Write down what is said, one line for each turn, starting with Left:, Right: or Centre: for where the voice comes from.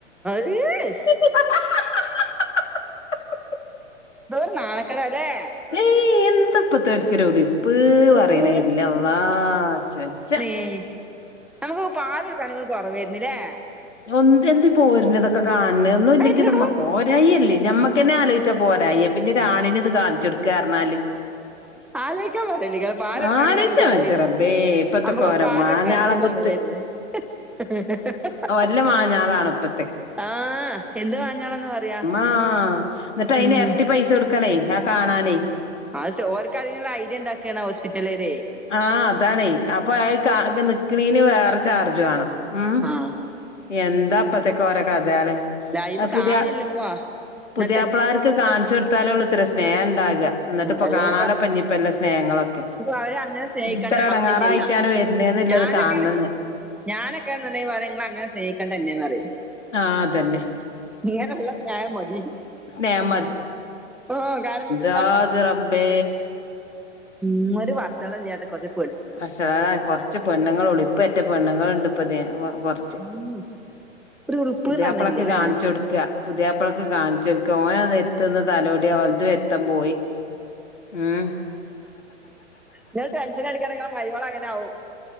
Centre: ഈ
Left: <unintelligible>
Centre: എന്തൊരു നാണകേടാല്ലെ
Left: ഏയ് എന്തപ്പതോരിക്കൊരു ഉളിപ്പ്
Centre: ഉളുപ്പ്
Left: പറയണ ഇല്ല അള്ളാ ചെ ച്ച
Centre: ഏയ് നമുക്ക് പാല് എടുക്കാനൊക്കെ കുറവായിരുന്നല്ലേ
Left: ഒന്തി ഒന്തിപ്പോരുണതൊ ഒക്കെ കാൺണുന്നു ഇല്ലെങ്കി
Centre: അല്ലടോ
Left: ഇത് പോരായില്ലേ ഞമ്മക്കന്നെ ആലോചിച്ചാ പോരായി പിന്നെ രാണിനെ ഇത് കാണിച്ച് കൊടുക്ക കർണാല്
Centre: ആലോചിക്കാൻ പറ്റുന്നില്ല പാലെടുക്കാനും
Left: ആലോചിച്ചാ
Centre: നമ്മുക്ക് കൊറവാരുന്നു
Left: മതി റബ്ബേ ഇപ്പത്തെ
Centre: നമ്മുക്ക്
Left: കോരൻ
Centre: പാലെടുക്കാനും
Left: മാഞ്ഞാളം കുത്ത്
Centre: കൊറവേ രുന്നു <unintelligible>
Left: ല്ല മാഞ്ഞാളാണ് ഇപ്പ
Centre: ആ എന്ത് മാഞ്ഞാണെന്ന് പറയാ
Left: ആ എന്നിട്ട് അയിന്
Centre: ഉം
Left: ഇരട്ടി പൈസ കൊടുക്കണേ ഞാ കാണാനേ
Centre: അത് ഓരുക്ക് അതിനുള്ള ഐഡിയ ഉണ്ടാക്കുകയാണ് ഹോസ്പിറ്റലാരെ
Left: ആ അതാണേ അപ്പൊ അത് കാകെ നിക്കണേന് വേറെ ചാർജ് വേണം ആ
Centre: ആഹ്
Left: എന്താ അപ്പത്തേക്ക് ഓരോ കഥാള്
Centre: ലൈവ്
Left: അ പുതിയാ
Centre: കാണല്ലപ്പാ എന്നിട്ട്
Left: പുതിയപ്പളാർ ത്കാൺചൊട്ത്താലൊള്ളൂത്രെ സ്നേഹം ഉണ്ടാക്അ. ന്നട്ട്പ്പൊ
Centre: അല്ലേ
Left: കാണാലോ
Centre: ഇപ്പ
Left: പഞ്ഞിപ്പല്ല സ്നേഹങ്ങളൊക്കെ
Centre: ഇപ്പൊ അവരെ അങ്ങനെ സ്നേഹിക്കേണ്ട
Left: ഇത് ഇത്ര എടങ്ങാറായിട്ടാണ്
Centre: ആവശ്യല്ലല്ലോ.
Left: വരുന്നേന്നില്ലത്
Centre: ഞാനൊക്കേണെ
Left: കാണണംന്ന്
Centre: ഞാനൊക്കേൺന്ന്ണ്ടെങ്കി പറ്യും ങ്ങളങ്ങനെ സ്നേഹിക്കണ്ടന്നെന്നറ്യും
Left: ആ അതന്നെ
Centre: ഇങ്ങനെള്ള സ്നേഹം മതി.
Left: സ്നേഹം
Centre: ഓകാരംമിത്
Left: ത്താത് റബ്ബേ
Centre: മ് ഒരു വസളല്യാത്ത കൊർച്ച്
Left: വഷളാൻ കൊർച്ച് പെണ്ണുങ്ങളൊള്ളൂ. ഇപ്പെറ്റ പെണ്ണുങ്ങൾണ്ട് ഇപ്പതിന് കൊർച്ച്
Centre: ഉം ഒരു ഉളുപ്പ്ന്ന്
Left: പുത്യാപ്ലക്ക്
Centre: പറഞ്ഞില്ല അല്ലേ
Left: കാൺച്ചൊട്ക്ക പുത്യാപ്ലക്ക് കാൺച്ചൊട്ക്ക. ഓനത് എര്ത്ത്ന്ന് തലോട്യ ഓൽത് വെര്ത്തം പോയി. ഉം
Centre: ങ്ങള് ടെൻഷനടിക്കണ്ട. ങ്ങളെ മര്യോളങ്ങനാവും.